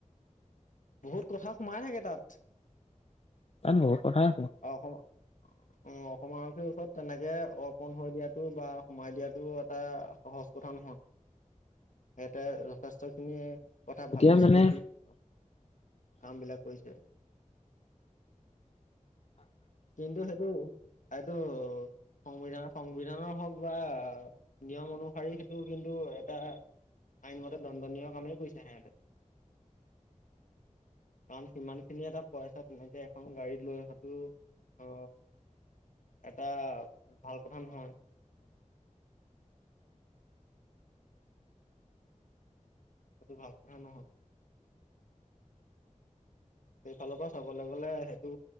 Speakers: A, on the left; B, on the left.
A: বহুত কথা সোমাই থাকে তাত
B: ত বহুত কথাই
A: অসম অ অসম আৰক্ষীৰ ওচৰত তেনেকে অৰ্পণ হৈ দিয়াটো বা সোমাই দিয়াটো এটা সহজ কথা নহয়
B: হয় <inaudible>
A: সেতে যথেষ্ট খিনি কথা
B: এতিয়া
A: ভাবি
B: মানে
A: চিন্তি কাম বিলাক কৰিছে কিন্তু সেইটো এইটো সংবিধান সংবিধানৰ হওক বা নিয়ম অনুসৰি সেইটো কিন্তু এটা আইনমতে দণ্ডনীয় কামেই কৰিছে সেহেতে।
B: <inaudible>
A: কাৰণ সিমান খিনি এটা পইচা তেনেকে এখন গাড়ীত লৈ তো অ, এত এটা ভাল কথা নহয়। সেইটো ভাল কথা নহয় সেইফালৰ পৰা চাবলৈ গ'লে সেইটো